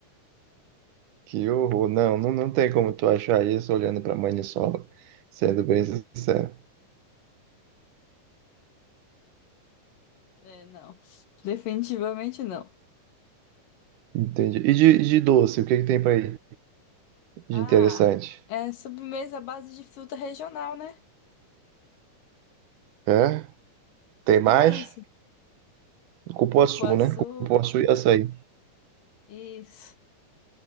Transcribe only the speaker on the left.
É, não. Definitivamente não.
Ah,
é sobremesa à base de fruta regional, né?
Isso,
cupuaçu,
isso.